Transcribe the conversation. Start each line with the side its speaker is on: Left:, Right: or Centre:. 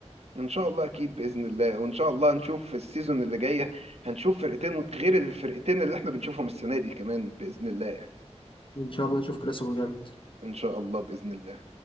Right: ان شاء الله اكيد باذن الله وان شاء الله نشوف في السيزون اللي جايه هنشوف فرقتين غير الفرقتين اللي احنا بنشوفهم السنه دي كمان باذن الله يعني.
Left: ان شاء الله نشوف كلاسيكو جامد
Right: ان شاء الله باذن الله